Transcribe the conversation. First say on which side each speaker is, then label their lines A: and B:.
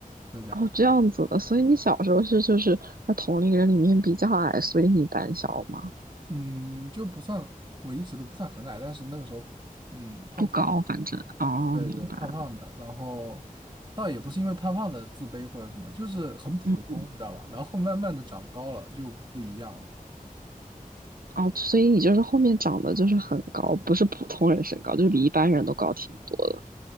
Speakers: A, on the right (about 30°); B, on the right (about 80°).
A: 增加啊，
B: 哦，这样子的。所以你小时候是就是在同龄人里面比较矮，所以你胆小吗？
A: 嗯，就不算，我一直都不算很矮，但是那个时候，嗯，胖胖的，
B: 不高，反正。哦，
A: 对对，
B: 明白。
A: 胖胖的，然后倒也不是因为胖胖的自卑或者什么，就是很普通，
B: 嗯，
A: 你知道吧？然后慢慢的长高了就不一样了，
B: 哦，所以你就是后面长得就是很高，不是普通人身高，就是比一般人都高挺多的。